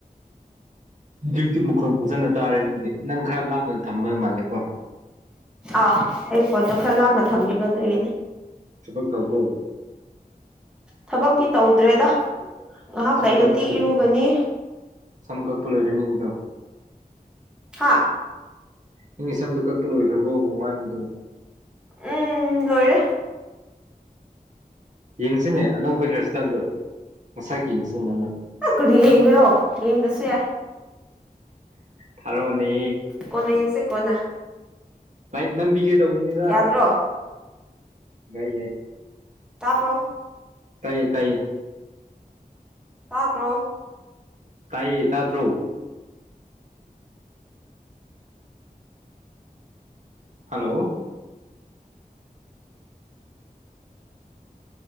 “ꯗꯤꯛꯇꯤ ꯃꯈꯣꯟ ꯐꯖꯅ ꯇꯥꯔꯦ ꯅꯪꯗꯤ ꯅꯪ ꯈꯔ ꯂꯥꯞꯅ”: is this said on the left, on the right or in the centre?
Right